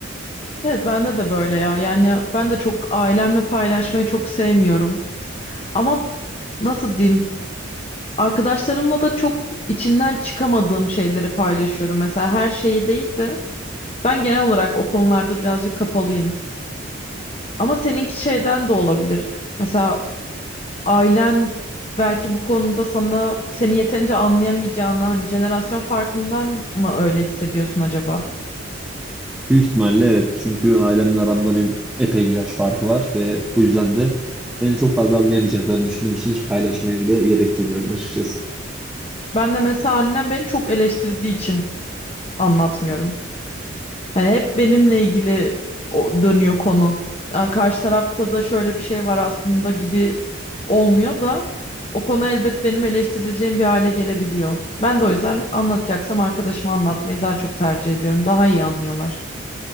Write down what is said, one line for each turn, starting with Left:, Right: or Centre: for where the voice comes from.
Left: Evet bende de böyle ya. Yani ben de çok ailemle paylaşmayı çok sevmiyorum. Ama nasıl diyeyim? Arkadaşlarımla da çok içinden çıkamadığım şeyleri paylaşıyorum. Mesela her şeyi değil de ben genel olarak o konularda birazcık kapalıyım. Ama seninki şeyden de olabilir. Mesela ailen belki bu konuda sana seni yeterince anlayamayacağını hani jenerasyon farkından mı öyle hissediyorsun acaba?
Centre: Büyük ihtimalle evet. Çünkü ailemle aramda benim epey bir yaş farkı var ve bu yüzden de beni çok fazla anlayamayacaklarını düşündüğüm için hiç paylaşmaya bile gerek duymuyorum açıkçası.
Left: Ben de mesela annem beni çok eleştirdiği için anlatmıyorum. Hani hep benimle ilgili o dönüyor konu. Yani karşı tarafta da şöyle bir şey var aslında gibi olmuyor da o konu elbet benim eleştirileceğim bir hale gelebiliyor. Ben de o yüzden anlatacaksam arkadaşıma anlatmayı daha çok tercih ediyorum. Daha iyi anlıyorlar.